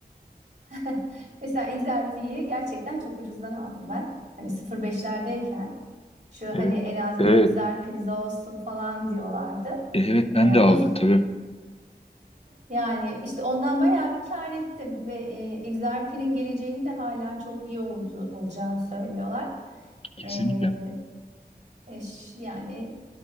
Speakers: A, on the right (about 45°); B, on the left (about 35°).
A: <laughs> Mesela XRP'yi gerçekten çok ucuzdan aldım ben. Hani 0.5'lerdeyken şu
B: Evet.
A: hani en az
B: Evet.
A: 1000 Xerpe'niz olsun falan diyorlardı.
B: Evet
A: Ee,
B: ben de aldım
A: o z-
B: tabii.
A: yani işte ondan bayağı bir kâr ettim ve e, Xerpe'nin geleceğini de hala çok iyi oldu, olacağını söylüyorlar.
B: Kesinlikle.
A: Ee, Eş, yani